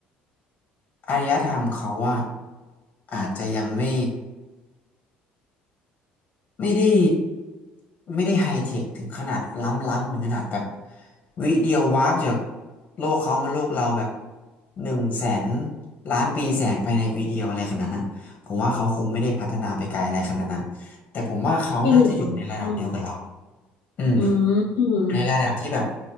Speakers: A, on the left; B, on the left.
A: อารยธรรมเขาอะอาจจะยังไม่ ไม่ได้ไม่ได้ไฮเทคถึงขนาดล้ำล้ำถึงขนาดแบบวิเดียววาร์ปจากโลกเขามาโลกเราแบบหนึ่งแสนล้านปีแสงภายในวิเดียวอะไรขนาดนั้นผมว่าเขาคงไม่ได้พัฒนาไปไกลอะไรขนาดนั้นแต่ผมว่าเขาน่าจะอยู่ในระดับเดียวกับเรา
B: จริงเหรออืม
A: อืม
B: อืมอืม
A: ในระดับที่แบบ